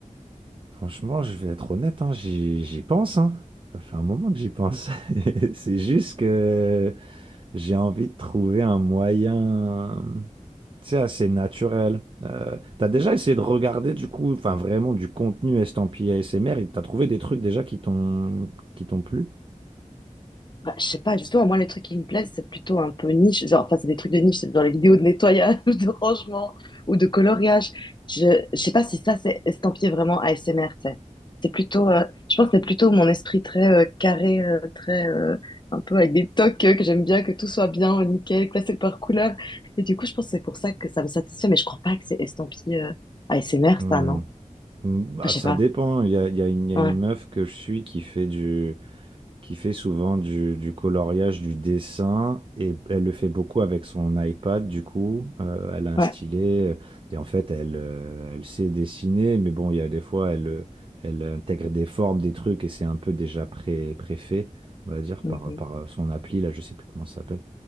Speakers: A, on the right (about 40°); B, on the left (about 35°).
A: Franchement, je vais être honnête, hein, j'y j'y pense, hein. Ça fait un moment que j'y pense. <laughs> C'est juste que j'ai envie de trouver un moyen, tu sais, assez naturel. Euh, t'as déjà essayé de regarder du coup, enfin vraiment du contenu estampillé ASMR et t'as trouvé des trucs déjà qui t'ont qui t'ont plu?
B: Bah, je sais pas, justement, moi, les trucs qui me plaisent, c'est plutôt un peu niche. Genre, enfin, c'est des trucs de niche, c'est dans les vidéos de nettoyage, <laughs> de rangement ou de coloriage. Je, je sais pas si ça, c'est estampillé vraiment ASMR, tu sais. C'est plutôt, euh, je pense que c'est plutôt mon esprit très euh, carré, euh, très, euh, un peu avec des tocs euh, que j'aime bien, que tout soit bien, nickel, classé par couleur. Et du coup, je pense que c'est pour ça que ça me satisfait, mais je crois pas que c'est estampillé euh, ASMR,
A: Hmm.
B: ça, non? Enfin,
A: Hmm, Bah,
B: je
A: ça
B: sais pas.
A: dépend. hein. Il y a, il y a une, il y a
B: Ouais,
A: une meuf que je suis qui fait du, qui fait souvent du, du coloriage, du dessin, et elle le fait beaucoup avec son iPad, du coup, Euh, elle a un
B: ouais.
A: stylet, euh, et en fait, elle, euh, elle sait dessiner, mais bon, il y a des fois, elle, euh, elle intègre des formes, des trucs, et c'est un peu déjà pré, préfait, on va dire,
B: Mhm.
A: par, par euh, son appli, là, je sais plus comment ça s'appelle.